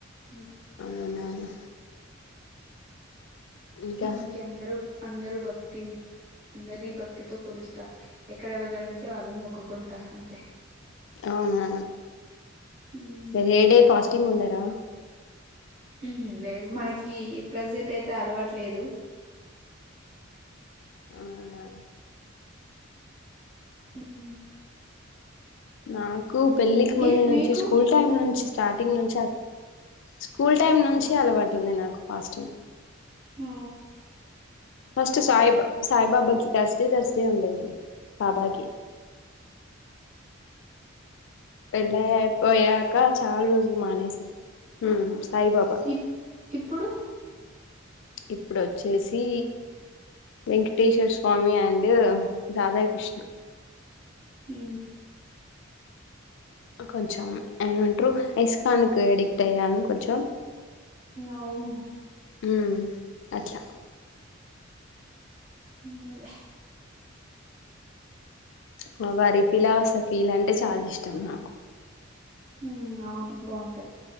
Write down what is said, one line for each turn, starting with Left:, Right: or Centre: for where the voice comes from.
Right: <unintelligible>
Left: అవునా ఇంకా
Right: మనకి అందరు అందరు భక్తి అందరినీ భక్తితో కొలుస్తా ఎక్కడెవరు కనిపిస్తే వాళ్ళని మొక్కుకుంటా అంతే
Left: అవునా
Right: ఉమ్
Left: మీరు ఏ డే ఫాస్టింగ్ ఉండరా
Right: ఉహు లేదు మనకి ప్రజెంట్ అయితే అలవాటు లేదు
Left: అవునా
Right: <unintelligible>
Left: నాకు పెళ్ళికి
Right: మీరు
Left: ముందు నుంచి
Right: మీకు
Left: స్కూల్ టైమ్ నుంచి స్టార్టింగ్ నుంచి స్కూల్ టైమ్ నుంచి అలవాటు ఉంది నాకు పాస్టింగ్
Right: ఆ
Left: ఫస్ట్ సాయిబా సాయిబాబాకి తర్స్ డే తర్స్ డే ఉండేది బాబాకి పెళ్ళఅయిపోయాక చాలా రోజులు మానేసా ఉ సాయిబాబా
Right: ఇప్ ఇప్పుడు
Left: ఇప్పుడు వచ్చేసి వెంకటేశ్వర స్వామి అండ్ రాధాకృష్ణ
Right: ఉ
Left: కొంచెం ఏమంటారు ఐస్కాన్కు ఎడిక్ట్ అయ్యాను కొంచెం
Right: అవును
Left: ఉ అట్లా
Right: ఉన్నిలే
Left: మా వారి ఇలా సఫీలు అంటే చాలా ఇష్టం నాకు
Right: ఉ అవును బాగుంటది